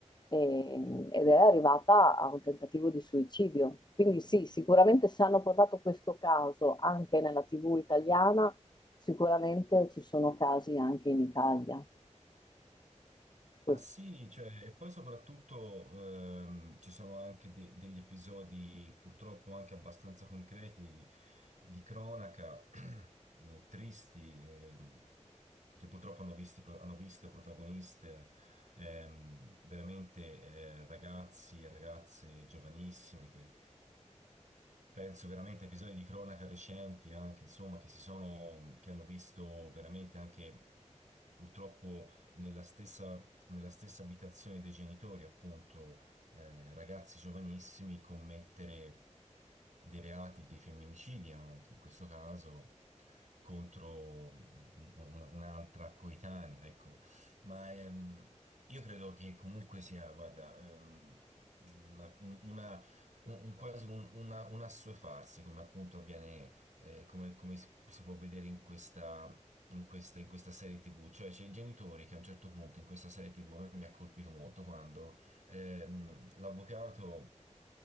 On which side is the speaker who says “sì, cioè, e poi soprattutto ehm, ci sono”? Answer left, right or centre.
Right